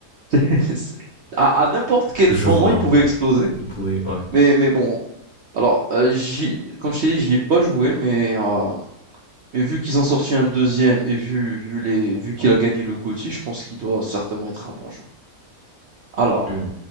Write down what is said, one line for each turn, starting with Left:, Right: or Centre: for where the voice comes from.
Right: <laughs> C'est- À, à n'importe quel
Left: Je
Right: moment,
Left: vois,
Right: il pouvait
Left: ouais.
Right: exploser.
Left: Ils pouvaient, ouais.
Right: Mais mais bon, alors euh, j'y, comme je t'ai dit, j'y ai pas joué, mais euh, Mais vu qu'ils ont sorti un deuxième et vu, vu les, vu qu'il a gagné le GOTY, je pense qu'il doit certainement être un bon jeu. Alors,
Left: Hmm.